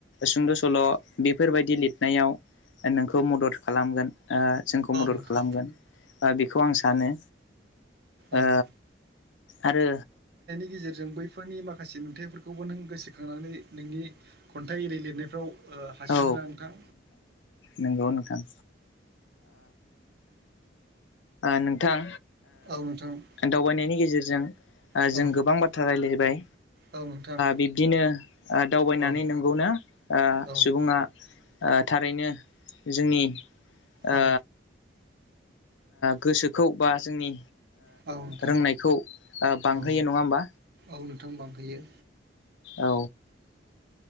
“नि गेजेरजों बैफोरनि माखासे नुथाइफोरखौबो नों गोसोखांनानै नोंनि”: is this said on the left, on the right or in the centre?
Right